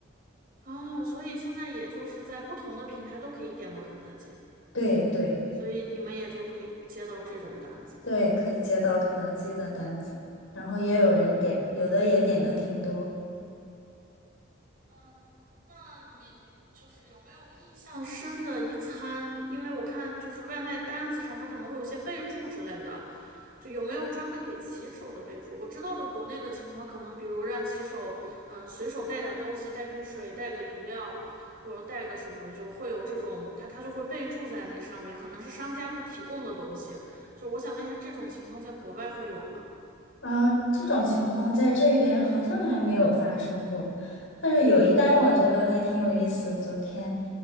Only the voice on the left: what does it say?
对对，
对，可以接到肯德基的单子，然后也有人点，有的也点的挺多。
啊，这种情况在这边好像还没有发生过，但是有一单我觉得还挺有意思。昨天，